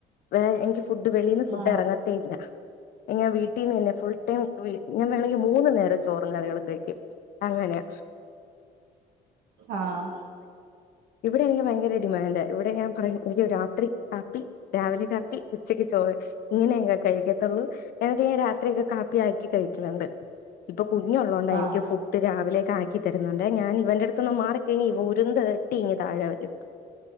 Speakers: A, on the left (about 60°); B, on the right (about 85°).
A: വേ എങ്കി ഫുഡ് വെളിൽന്ന് ഫുഡ്
B: ആ
A: ഇറങ്ങത്തേ ഇല്ല ഞാൻ വീട്ടീന്ന് തന്നെ ഫുൾ ടൈം ഞാൻ വേണെങ്കിൽ മൂന്നു നേരം ചോറ കറികൾ കഴിക്കും അങ്ങനെയ
B: ആഹ
A: ഇവിടെ എനിക്ക് ഭയങ്കര ഡിമാൻഡ ഇവിടെ ഞാൻ പറയു എനിക്ക് രാത്രി കാപ്പി രാവിലെ കാപ്പി ഉച്ചക്ക് ചോറ് ഇങ്ങനെങ്ങാ കഴിക്കത്തുള്ളൂ എന്നിട്ട് ഞാൻ രാത്രിയോക്കെ കാപ്പി ആക്കി കഴിക്കല് ണ്ട് ഇപ്പോ കുഞ്ഞുള്ളോണ്ട എനിക്ക്
B: ആ
A: ഫുഡ് രാവിലെ ആക്കി തരുന്നുണ്ടെ ഞാൻ ഇവന്റെ അടുത്തൊന്ന് മാറിക്കഴിഞ്ഞ ഇവൻ ഉരുന്ത്‌ ഇരട്ടി ഇനി താഴെ വരും